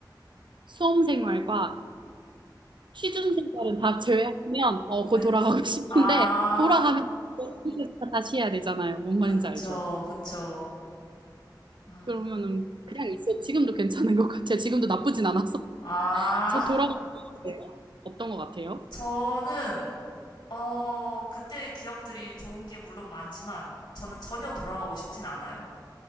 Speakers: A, on the right; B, on the left.
A: 수험생활과 취준생활은 다 제외하면 어,
B: 네.
A: 거기 돌아가고 <laughs> 싶은데
B: 아,
A: 돌아가면 이거 다시 해야 되잖아요. 뭔 말인지
B: 그쵸,
A: 알죠?
B: 그쵸. 아,
A: 그러면은 그냥 있어요. 지금도 괜찮은 것 같아요. 지금도 나쁘진 않아서
B: 아,
A: <laughs> 저 돌아가고
B: <laughs>
A: 싶어요. 어떤 것 같아요?
B: 저는 어, 그때의 기억들이 좋은 게 물론 많지만 저는 전혀 돌아가고 싶진 않아요.